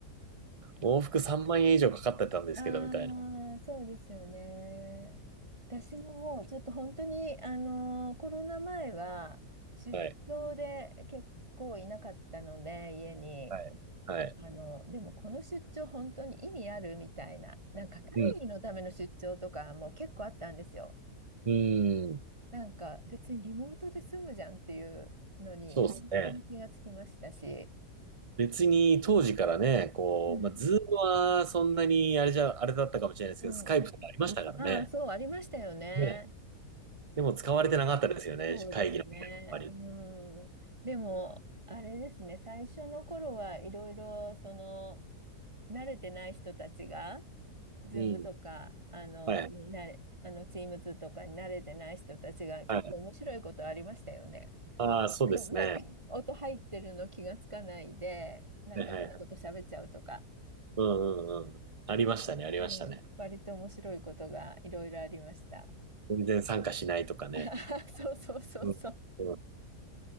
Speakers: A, on the right (about 60°); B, on the right (about 20°).
A: 往復3万円以上かかってたんですけどみたいな。
B: ああ、そうですよね。私ももうちょっと本当に、あのーコロナ前は出張で結構いなかったので、
A: はい。
B: 家に。
A: はい。はい。
B: あの、でもこの出張本当に意味あるみたいな、なんか会議のための出張とかも結構あったんですよ。
A: うん。うーん。
B: なんか別にリモートで済むじゃんっていうのに本当に気がつきましたし。
A: そうですね。別に当時からね、こう、
B: うん。
A: まあ、ズームはそんなにあれじゃ、あれだったかもしれないですけど、
B: うんうん。
A: スカイプとかありましたからね。
B: ああ、そう、ありましたよね。
A: ね。でも使われてなかったですよね、
B: そうですね。
A: 会議の場ではやっぱり。
B: うん。でも、あれですね、最初の頃はいろいろ、その、慣れてない人たちが、ズームとか、
A: うん。うん
B: あの、
A: はい。
B: になれ、あの、チームズとかに慣れてない人たちが結構面白いことありましたよね。
A: はい。ああ、そうですね。
B: <laughs> なんか、音入ってるの気がつかないで、なんか変なこと喋っちゃうとか、
A: はいはいはい。うんうんうん。ありましたね、ありましたね。
B: うん、割と面白いことがいろいろありました。
A: 全然参加しないとかね。
B: <laughs> そうそうそうそう。
A: うん。うん